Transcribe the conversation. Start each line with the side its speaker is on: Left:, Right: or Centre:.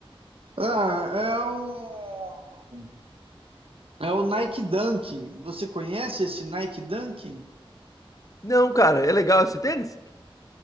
Right: ah, é o, é o Nike Dunking. Você conhece esse Nike Dunking?
Left: Não, cara, é legal esse tênis?